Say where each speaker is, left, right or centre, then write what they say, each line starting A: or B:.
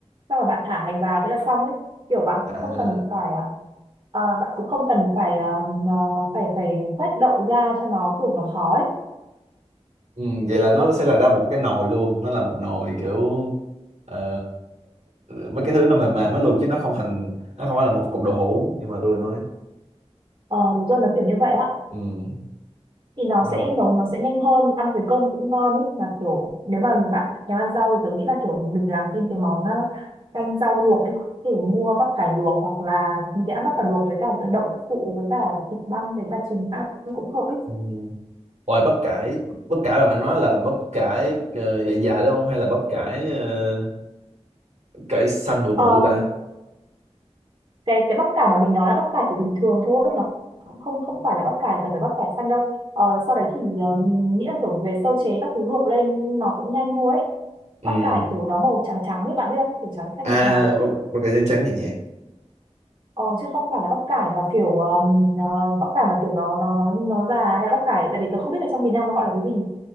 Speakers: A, on the right; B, on the right.
A: xong rồi bạn thả hành vào thế là xong ấy kiểu bạn cũng
B: à,
A: không cần phải à, à, bạn cũng không cần phải à, à, phải phải khoét đậu ra cho nó kiểu nó khó ấy
B: ừ. vậy là nó sẽ là ra một cái nồi luôn nó là một nồi kiểu ờ, mấy cái thứ nó mềm mềm hết luôn chứ nó không thành nó không phải là một cục đậu hũ nhưng mà tôi nói
A: Ờ đúng rồi nó kiểu như vậy á
B: ừ.
A: thì nó
B: Nó ra
A: sẽ
B: một-
A: nấu nó sẽ nhanh hơn ăn với cơm cũng ngon ấy mà kiểu nếu mà bạn thèm ăn rau thì tớ nghĩ là kiểu mình làm thêm cái món ờ, canh rau luộc đi kiểu mua bắp cải luộc hoặc là mình sẽ ăn bắp cải luộc với cả đậu phụ với cả thịt băm với cả trứng ăn cũng hợp ấy
B: ừ. Ôi bắp cải, bắp cải mà bạn nói là bắp cải uh, dài dài đúng không? Hay là bắp cải ờ, bắp cải xanh bự bự
A: Ờm,
B: ta?
A: cái cái bắp cải mà mình nói là bắp cải kiểu bình thường thôi nó cũng không không phải là bắp cải cần phải bắp cải xanh đâu Ờ, sau đấy thì ờ, mình nghĩ là kiểu về sơ chế các thứ luộc lên nó cũng nhanh thôi ấy
B: Ừ.
A: bắp cải kiểu nó màu trắng trắng ấy bạn biết không kiểu trắng xanh
B: À,
A: nhạt nhạt ấy
B: bắp, bắp cải trắng trắng nhẹ nhàng.
A: Ờ, chứ không phải là bắp cải mà kiểu um, ờ, bắp cải mà kiểu nó nó nó nó già hay là bắp cải tại vì tớ không biết là trong miền Nam nó gọi là cái gì